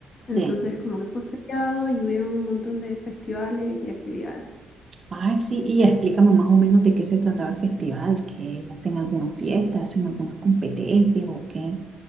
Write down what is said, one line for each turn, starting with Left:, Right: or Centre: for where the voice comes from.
Left: Entonces
Right: Sí.
Left: como que fue feriado y hubieron un montón de festivales y actividades.
Right: Ay, sí, y explícame más o menos de qué se trataba el festival, que hacen algunas fiestas, hacen algunas competencias o qué,